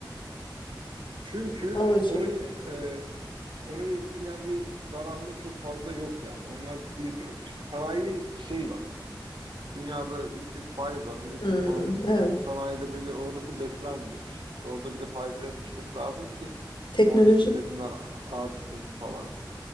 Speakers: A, on the right (about 80°); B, on the left (about 80°).
A: Çünkü
B: Havacılık.
A: orayı e, orayı etkileyen bir daralma çok fazla yok yani. Onlar iyi durumda. Şimdi sanayi şey var. Dünyada yüksek faiz var. Üretim
B: Hmm,
A: falan hep sınırlı.
B: evet.
A: Sanayide böyle orası beslenmiyor bir şekilde. Orada bir de faizlerin düşmesi lazım ki
B: Teknoloji.
A: oradaki üretimler artsın falan.